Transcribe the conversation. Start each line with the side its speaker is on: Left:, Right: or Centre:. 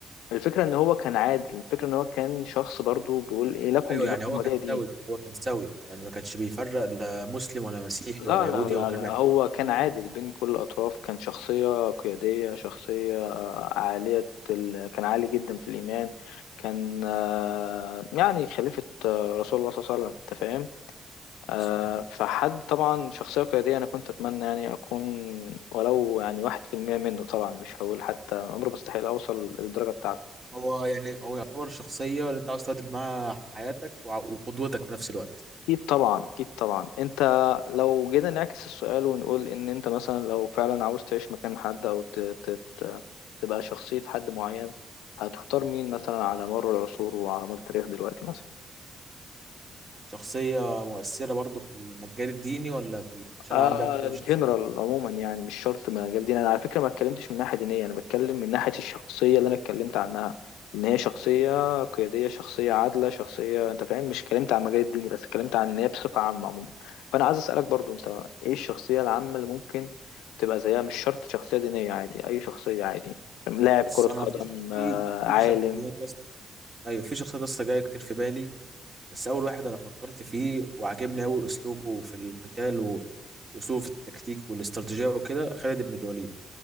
Left: الفكرة إن هو كان عادي الفكرة إن هو كان شخص برضو بيقول إيه لكم
Right: ايوه
Left: دينكم
Right: يعني هو
Left: ولي
Right: كان
Left: دين
Right: سوي هو كان سوي يعني ما كانش بيفرق لا مسلم ولا مسيحي
Left: لا
Right: ولا يهودي
Left: لا لا
Right: هو كان
Left: لا
Right: معتبر
Left: هو كان
Right: كلهم
Left: عادل بين كل الأطراف كان شخصية قيادية شخصية آه، عالية ال... كان عالي جدا في الإيمان كان آه، يعني خليفة آه، رسول الله صلى الله عليه وسلم أنت فاهم آه،
Right: مسلم.
Left: فحد طبعا شخصية قيادية أنا كنت أتمنى يعني أكون ولو يعني واحد في المية منه طبعا مش هقول حتى عمري مستحيل أوصل للدرجة بتاعته
Right: هو يعني هو يعتبر شخصية اللي انت عاوز تعدل معاها حياتك وع- وقدوتك في نفس الوقت
Left: اكيد طبعا اكيد طبعا انت لو جينا نعكس السؤال ونقول ان انت مثلا لو فعلا عاوز تعيش مكان حد او ت... ت... ت... تبقى شخصية حد معين هتختار مين مثلا على مر العصور وعلى مر التاريخ دلوقتي مثلا
Right: شخصية مؤثرة برضو في المجال الديني ولا في ال... عشان
Left: آه
Right: انا عندي اكتر من
Left: جنرال
Right: شخصية
Left: عموما يعني مش شرط من مجال ديني انا على فكره ما اتكلمتش من ناحيه دينيه انا بتكلم من ناحيه الشخصيه اللي انا اتكلمت عنها ان هي شخصيه قياديه شخصيه عادله شخصيه انت فاهم مش اتكلمت عن مجال الديني بس اتكلمت عن ان هي بصفه عامه عموما فانا عايز اسالك برضو انت ايه الشخصيه العامه اللي ممكن تبقى زيها مش شرط شخصيه دينيه عادي اي شخصيه عادي لاعب
Right: بص
Left: كره قدم
Right: انا في في
Left: آه
Right: في
Left: عالم
Right: شخصيات ايوه في شخصيات لسه جايه كتير في بالي بس اول واحد انا فكرت فيه وعجبني قوي اسلوبه في القتال و- واسلوبه في التكتيك والاستراتيجيه وكده خالد بن الوليد